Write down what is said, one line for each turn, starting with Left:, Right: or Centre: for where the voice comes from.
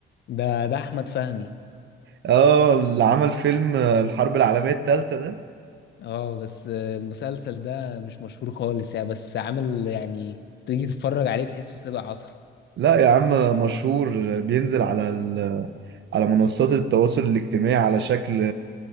Left: ده ده احمد فهمي
Right: آه اللي عمل فيلم آه، الحرب العالمية التالتة ده
Left: اه بس المسلسل ده مش مشهور خالص يعني بس عامل يعني تيجي تتفرج عليه تحسه سابق عصره
Right: لا يا عم مشهور بينزل على ال... على منصات التواصل الاجتماعي على شكل